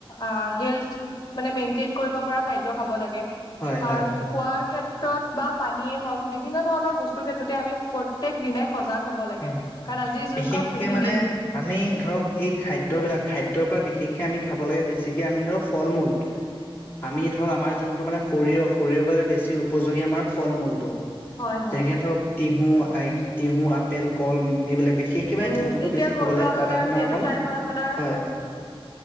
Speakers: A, on the left; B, on the left.
A: আ হেল মানে মেইনটেইন কৰিব পৰা খাদ্য খাব লাগে।
B: হয়
A: কাৰণ
B: হয়
A: খোৱাৰ ক্ষেত্ৰত বা পানীয়েই হওক বিভিন্ন ধৰণৰ বস্তুৰ ক্ষেত্ৰতে আমি প্ৰত্যেক দিনাই লব লাগে
B: উম
A: কাৰণ আজিৰ
B: বিশেষকে
A: যোনখন পৃথিৱী
B: মানে আমি ধৰক এই খাদ্যয় বিলাক খাদ্যৰ পৰা বিশেষ আমি খাব লাগে বেছিকে আমি ধৰ ফল মূল আমি ধৰক আমাৰ যোনটো মানে শৰীৰৰ শৰীৰৰ বাবে বেছি উপযোগী আমাৰ ফল মূলটো
A: হয়
B: যেনেকে
A: হয়
B: ধৰক তিঁহু আই তিহু, আপেল, কল এইবিলাক বিশেষকে মানে
A: উম
B: তিহুতটো
A: এতিয়া
B: বেছি খাব
A: ঘৰুৱা
B: লাগে তাত আপোনাৰ
A: এইটো
B: অকণ
A: টাইমত আপোনাৰ
B: হয়